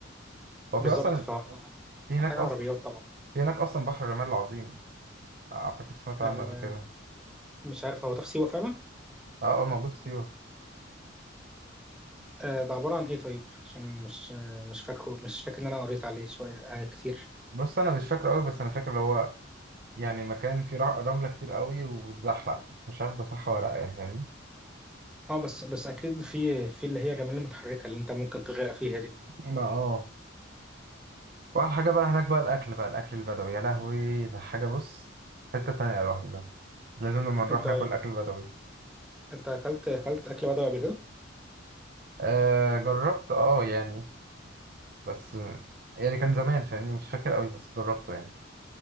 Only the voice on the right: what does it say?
هو
في اصلا
في هناك اصلا
في هناك اصلا بحر الرمال العظيم اعتقد سمعت عنه
قبل كده
اه اه موجود في سيوة
بص انا مش فاكره قوي بس انا فاكر اللي هو يعني مكان فيه رع- رملة كتير قوي وبتزحلق بس مش عارف ده صح ولا لا يعني فاهمني
ما اه واحلى حاجة بقى هناك بقى الأكل بقى الأكل البدوي يا لهوي ده حاجة بص حتة تانية لوحده ده لازم لما نروح
ناكل أكل بدوي
آه جربت اه يعني بس يعني كان زمان فاهمني مش فاكر قوي بس جربته يعني